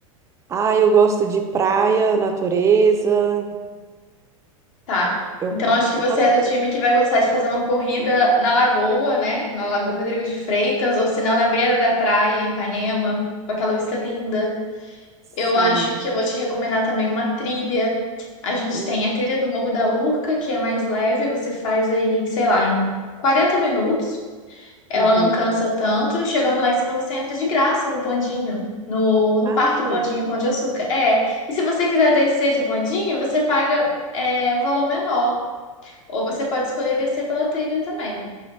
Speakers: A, on the right; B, on the left.
A: Ah, eu gosto de praia, natureza.
B: Tá.
A: Eu
B: Então
A: gosto.
B: acho que você
A: Quando
B: é do time
A: eu...
B: que vai gostar de fazer uma corrida na lagoa, né? Na Lagoa Rodrigo de Freitas, ou se não, na beira da praia, em Ipanema, com aquela vista linda.
A: Sim.
B: Eu acho que eu vou te recomendar também uma trilha. A gente
A: Hum,
B: tem a trilha do Morro da Urca, que é mais leve, você faz aí, sei lá, em 40 minutos. Ela
A: uhum.
B: não cansa tanto. Chegando lá em cima, você entra de graça no bondinho, no, no Parque
A: Ai,
B: Bondinho Pão de Açúcar. É. E se você quiser descer de bondinho, você paga é, um valor menor. Ou você pode escolher descer pela trilha também.